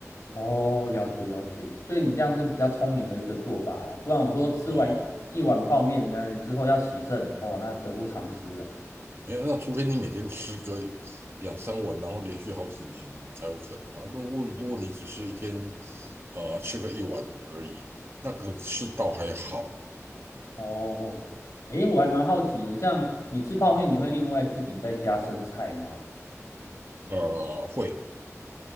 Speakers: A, on the left (about 65°); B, on the right (about 45°).
A: 哦，了解了解，所以你这样是比较聪明的一个做法啦，不然我说吃完一碗泡面，
B: 哦、
A: 那之后要洗肾，哦，那得不偿失啊。
B: 因为那除非你每天吃个两三碗，然后连续好几年才有可能啊。如果如果你只是一天呃吃个一碗而已，那个是倒还好，
A: 哦，诶，我还蛮好奇的，像你吃泡面，你会另外自己再加生菜吗？
B: 呃会，